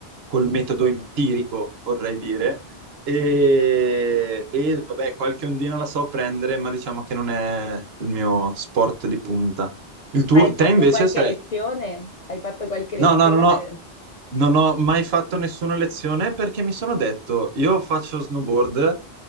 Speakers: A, on the right; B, on the left.
A: col metodo empirico, vorrei dire. E, e vabbè, qualche ondina la so prendere, ma diciamo che non è il mio sport di punta. Il tuo,
B: Ma hai fatto
A: te invece
B: qualche
A: sei...
B: lezione? Hai fatto qualche lezione?
A: No, no, no, no, non ho mai fatto nessuna lezione perché mi sono detto, io faccio snowboard